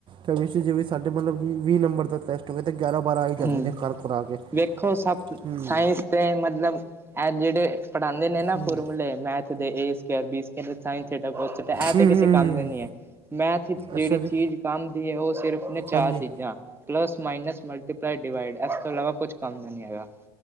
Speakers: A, on the right; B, on the right.
A: ਕੈਮਿਸਟ੍ਰੀ ਜਿਵੇਂ ਸਾਡੇ ਮਤਲਬ ਕਿ ਵੀਹ, ਨੰਬਰ ਦਾ ਟੈਸਟ ਟੂਰ ਤੇ ਗੇਆਰਾਂ-ਬਾਰਾਂ ਆਈ ਕਰਨੇ
B: ਹਮ
A: ਨੇ ਕਰਕੂਰਾ ਕੇ
B: ਵੇਖੋ ਸਭ
A: ਹੂੰ
B: ਸਾਇੰਸ ਤੇ ਮਤਲਬ, ਐ ਜੇੜੇ ਪੜਾਂਦੇ ਨੇ ਨਾ
A: ਹੂੰ
B: ਫੋਰਮੂਲੇ ਮੈਥ ਦੇ A square, B square <unintelligible> science theta cos theta ਐ
A: ਹੂੰ,
B: ਤੇ ਕਿਸੇ
A: ਹੂੰ
B: ਕੰਮ ਦੇ ਨੀ ਐ, ਮੈਥ ਚ
A: ਅੱਛਾ
B: ਜੇੜੀ
A: ਜੀ
B: ਚੀਜ ਕਾੰਮ ਦੀ ਏ ਓ ਸਿਰਫ ਨੇ ਚਾਰ
A: ਹਾਂਜੀ
B: ਚੀਜਾਂ ਪਲੱਸ, ਮਾਈਨਸ, ਮਲਟੀ ਸੈਂਪਰਟ, ਡਿਵਾਈਡ ਐਸ ਤੋਂ ਇਲਾਵਾ ਕੁੱਛ ਕੰਮ ਦਾ ਨੀ ਹੈਗਾ।